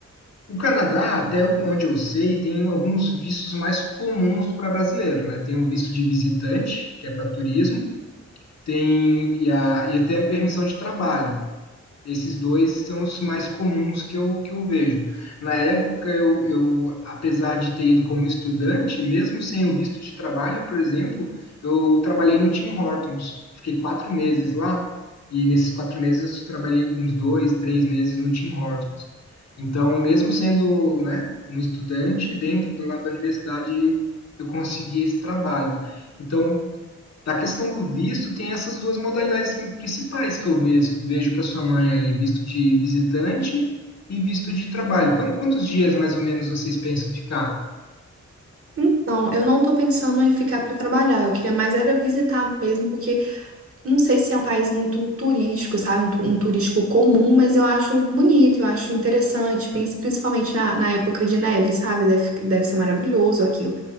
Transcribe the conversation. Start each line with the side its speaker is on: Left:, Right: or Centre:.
Left: O Canadá, até onde eu sei, tem alguns vistos mais comuns para brasileiro, né? Tem o visto de visitante, que é para turismo, tem e, a, e até a permissão de trabalho. Esses dois são os mais comuns que eu, que eu vejo. Na época, eu, eu, apesar de ter ido como estudante, mesmo sem o visto de trabalho, por exemplo, eu trabalhei no Tim Hortons. Fiquei quatro meses lá, e nesses quatro meses eu trabalhei uns dois, três meses no Tim Hortons. Então, mesmo sendo, né, um estudante, dentro do lado da universidade, eu consegui esse trabalho. Então, da questão do visto, tem essas duas modalidades principais que eu vejo, vejo para sua mãe ali, visto de visitante e visto de trabalho. Quan- Quantos dias mais ou menos vocês pensam em ficar?
Right: Então, eu não tô pensando em ficar para trabalhar, eu queria mais era visitar mesmo, porque Não sei se é um país muito turístico, sabe? Um, tu- um turístico comum, mas eu acho bonito, eu acho interessante. Penso principalmente na, na época de neve, sabe? Deve, deve ser maravilhoso aquilo.